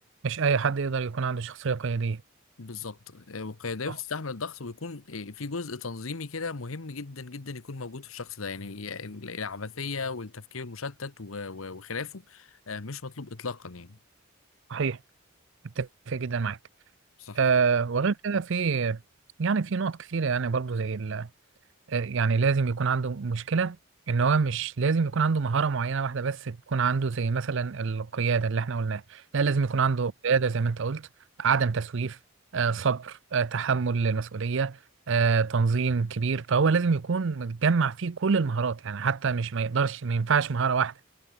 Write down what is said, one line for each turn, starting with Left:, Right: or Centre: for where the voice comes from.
Right: مش أي حد يقدر يكون عنده شخصية قيادية
Left: بالظبط آه، والقيادية
Right: آه،
Left: بتستحمل الضغط ويكون آه، في جزء تنظيمي كده مهم جدا جدا يكون موجود في الشخص ده يعني ال- العبثية والتفكير المشتت و- و- وخلافه آه، مش مطلوب إطلاقا يعني
Right: صحيح أتفق جدا معاك
Left: صح
Right: أه وغير كده في يعني في نقط كثيرة يعني برضو زي ال آه، يعني لازم يكون عنده مشكلة ان هو مش لازم يكون عنده مهارة معينة واحدة بس تكون عنده زي مثلا القيادة اللي احنا قلناها لا لازم يكون عنده قيادة زي ما انت قلت عدم تسويف آه، صبر آه، تحمل للمسؤولية آه، تنظيم كبير فهو لازم يكون متجمع فيه كل المهارات يعني حتى مش ما يقدرش ما ينفعش مهارة واحدة